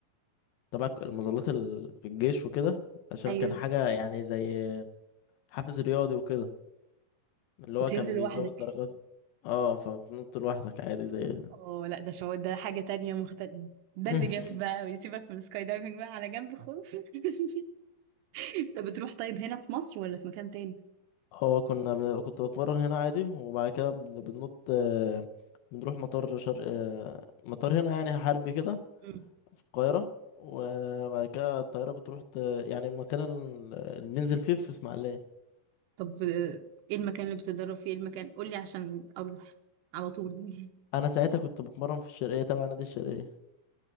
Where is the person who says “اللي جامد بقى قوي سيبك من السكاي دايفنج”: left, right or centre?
Right